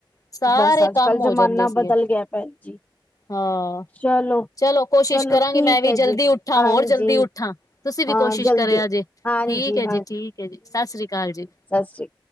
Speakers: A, on the left (about 40°); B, on the left (about 20°).
A: ਸਾਰੇ
B: ਬਸ ਅੱਜ
A: ਕੰਮ
B: ਕੱਲ ਜ਼ਮਾਨਾ
A: ਹੋ ਜਾਂਦੇ ਸੀਗੇ
B: ਬਦਲ ਗਿਆ ਭੈਣ ਜੀ।
A: ਹਾਂ।
B: ਚਲੋ
A: ਚਲੋ ਕੋਸ਼ਿਸ਼
B: ਚਲੋ
A: ਕਰਾਂਗੀ
B: ਠੀਕ
A: ਮੈਂ ਵੀ
B: ਹੈ
A: ਜਲਦੀ
B: ਜੀ
A: ਉੱਠਾਂ
B: ਹਾਂਜੀ
A: ਹੋਰ ਜਲਦੀ ਉੱਠਾਂ, ਤੁਸੀਂ ਵੀ
B: ਹਾਂ
A: ਕੋਸ਼ਿਸ਼
B: ਜਲਦੀ
A: ਕਰਿਆ ਜੇ।
B: ਹਾਂਜੀ
A: ਠੀਕ ਐ ਜੀ- ਠੀਕ ਐ ਜੀ ਸਸ ਸ੍ਰੀ ਕਾਲ ਜੀ।
B: ਸਸ ਸ਼੍ਰੀ